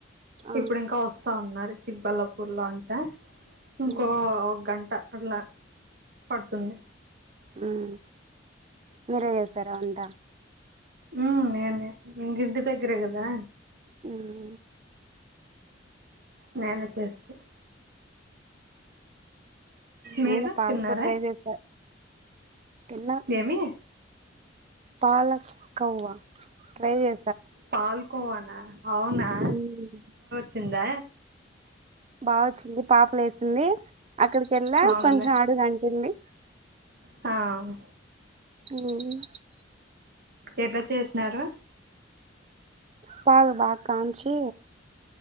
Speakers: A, on the right; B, on the right.
A: ఆ
B: ఇప్పుడు ఇంకా వస్తా ఉన్నారు చిక్ బల్లాపూర్ లో అంటా ఇంకో
A: మ్మ్
B: ఒక గంట అట్లా పడుతుంది
A: ఊమ్ మీరే జేశారా వంట
B: ఉమ్ నేనే ఇంగ ఇంటి దగ్గరే గదా
A: ఊమ్
B: నేనే చేస్తి మీరు
A: నేనూ పాలకూర
B: తిన్నారా
A: ఫ్రై చేసా తిన్నా
B: ఏమీ
A: పాలక్ కవ్వ ట్రై జే
B: పాల్ కొవానా అవునా
A: ఊమ్
B: చ్చిందా
A: బా వొచ్చింది పాపలేసింది అక్కడికెళ్ళొ
B: అవునులే
A: కొంచెం అడుగంటింది
B: హామ్
A: <unintelligible>
B: ఎట్ల చేసినారు
A: పాలు బాగా కాంచి